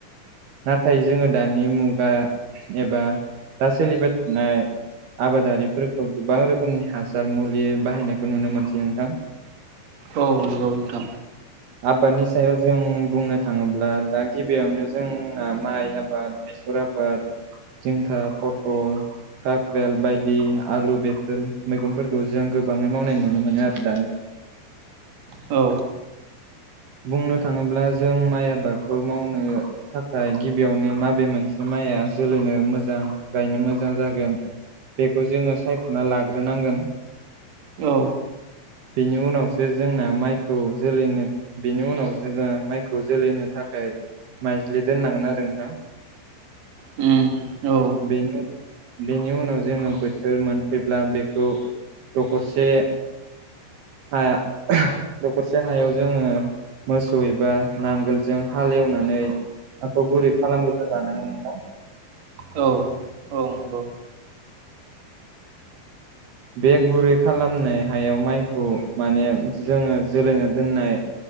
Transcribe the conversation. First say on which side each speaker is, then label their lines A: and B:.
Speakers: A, on the right; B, on the right.
A: नाथाय जोङो दानि मुगा एबा दा सोलिबाय थानाय आबादारिफोरखौ गोबां रोखोमनि हासार मुलि बाहायनायखौ नुनो मोनसै नोंथां
B: औ नंगौ नोंथां।
A: आबादनि सायाव जों बुंनो थाङोब्ला दा गिबियावनो जोंना माइ आबाद बे सर आबाद सरफाद जिंखा पटल कक्रेल बायदि आलु बेफोर मैगंफोरखौ जों गोबाङै मावनाय नुनो मोनो आरो दानि जगाव <inaudible>
B: औ
A: बुंनो थाङोब्ला जों माइ आबादखौ मावनो थाखाय गिबियावनो माबे मोनसे माइया जोलैनो मोजां गायनो मोजां जागोन बेखौ जोङो सायख'ना लाग्रोनांगोन
B: औ
A: बेनि उनावसो जोंना माइखौ जोलैनो बिनि उनाव जोङो माइखौ जोलैनो थाखाय माइज्लि दोननांगोन आरो नोंथां <inaudible>
B: उम औ
A: बेनो बेनि उनाव जोङो बोथोर मोनफैब्ला बेखौ दखरसे हाया दखरसे हायाव जोङो मोसौ एबा नांगोलजों हालेवनानै नाखौ गुरै खालामग्रा लानांगोन नोंथां।
B: औ औ नंगौ
A: बे गुरै खालामनाय हायाव माइखौ माने जोङो जोलायनो दोननाय